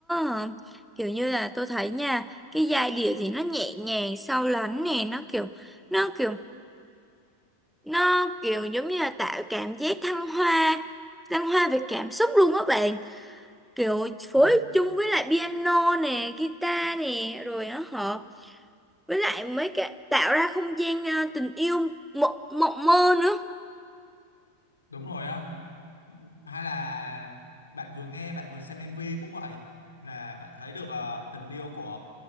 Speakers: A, in the centre; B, on the left.
A: ờ, kiểu như là tôi thấy nha cái giai điệu thì nó nhẹ nhàng sâu lắng nè nó kiểu nó kiểu nó kiểu giống như là tạo cảm giác thăng hoa thăng hoa về cảm xúc luôn á bạn kiểu phối
B: Ừ,
A: chung với lại piano nè guitar nè rồi nó hợp với lại mấy cái tạo ra không gian ờ, tình yêu mộng mộng mơ nữa
B: đúng rồi á hay là bạn vừa nghe bạn vừa xem MV cũng vậy là bạn thấy được ờ, tình yêu của